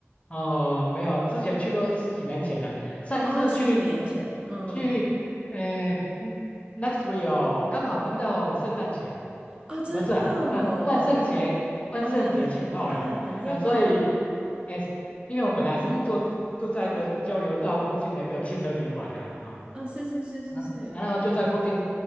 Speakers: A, on the left; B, on the right.
A: 哦，没有，之前去都十几年前了。上一次去
B: 啊，十几年前，嗯，
A: 去，呃嗯 n e x v i e l e 刚好碰到圣诞节。
B: 啊，真的哦，
A: 不是啊，啊万圣节，万圣节前后啦，
B: 万圣节，嗯，很热闹诶，
A: 啊，所以，哎，因为我们本来是住住在一个交流道附近的一个汽车旅馆啦，
B: 嗯，
A: 啊，
B: 啊，是是是是是，
A: 然然后就在附近